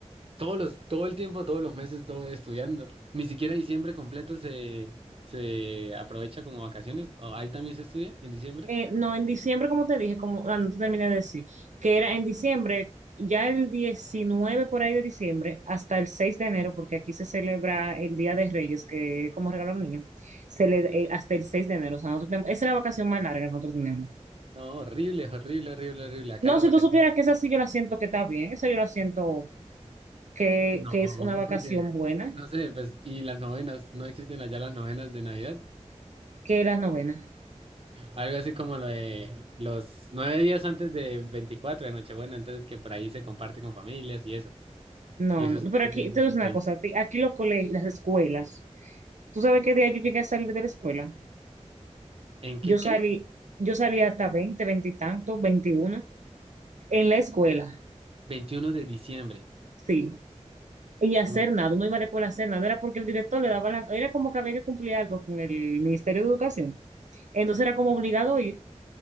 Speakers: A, on the right (about 50°); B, on the right (about 80°).
A: todos los, todo el tiempo, todos los meses, todo estudiando. Ni siquiera diciembre completo se, se aprovecha como vacaciones. ¿O ahí también se estudia en diciembre?
B: Eh, no, en diciembre, como te dije, como, ah, no te terminé de decir, que era en diciembre, ya el 19 por ahí de diciembre, hasta el 6 de enero, porque aquí se celebra el Día de Reyes, que es como regalo a los niños, se le, eh, hasta el 6 de enero. O sea, nosotros tenemos, esa es la vacación más larga que nosotros tenemos.
A: No, horrible, horrible, horrible, horrible. Acá
B: No,
A: las
B: si
A: vacaciones.
B: tú supieras que esa sí yo la siento que está bien, esa yo la siento que,
A: No,
B: que es una vacación
A: porque,
B: buena,
A: no sé, pues, y las novenas, no existen allá las novenas de Navidad.
B: que las novenas.
A: Algo así como lo de los nueve días antes de 24 de Nochebuena, entonces que por ahí se comparte con familias y eso.
B: No,
A: Y eso
B: no,
A: es
B: pero
A: desde
B: aquí,
A: el dieciséis
B: te digo una cosa, te- aquí los colegios, las escuelas, ¿tú sabes qué día yo llegué a salir de la escuela?
A: ¿En
B: Yo
A: qué
B: salí,
A: qué?
B: yo salí hasta 20 20 y tanto, 21, en la escuela,
A: veintiuno de diciembre.
B: sí. Y hacer
A: Uy,
B: nada, uno iba a la escuela a hacer nada, era porque el director le daba la, era como que había que cumplir algo con el Ministerio de Educación. Entonces era como obligado a ir